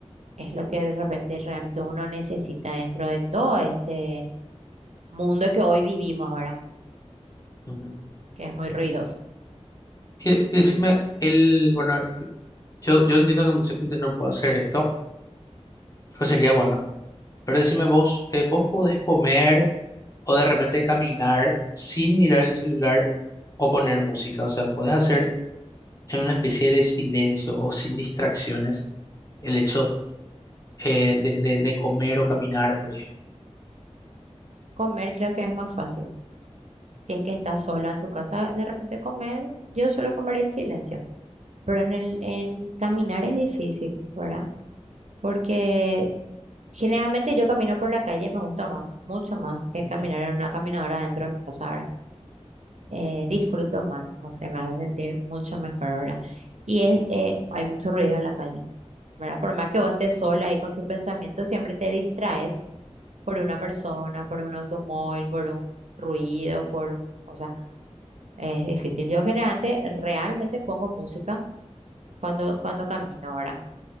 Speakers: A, on the right; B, on the left.
A: es lo que de repente realmente uno necesita dentro de todo este mundo que hoy vivimos, ¿verdad?
B: ujú.
A: Que es muy ruidoso.
B: Y, y decime, el, bueno, yo, yo entiendo que mucha gente no puede hacer esto, pero sería bueno. Pero decime vos, eh, ¿vos podés comer o de repente caminar sin mirar el celular o poner música? O sea, ¿podés hacer en una especie de silencio o sin distracciones el hecho eh, de, de- de comer o caminar, por ejemplo.
A: Comer creo que es más fácil. Si es que estás sola en tu casa, de repente comer, yo suelo comer en silencio, pero en el, en caminar es difícil, ¿verdad? Porque generalmente yo camino por la calle y me gusta más, mucho más que
B: Ujú,
A: caminar en una caminadora dentro de mi casa, ¿verdad? eh, disfruto más, no sé, me hace sentir mucho mejor ahora. Y es, eh, hay mucho ruido en la calle, ¿verdad? Por más que vos estés sola ahí con tus pensamientos, siempre te distraes por una persona, por un automóvil, por un ruido, por un... O sea, es difícil. Yo generalmente realmente pongo música cuando, cuando camino ahora,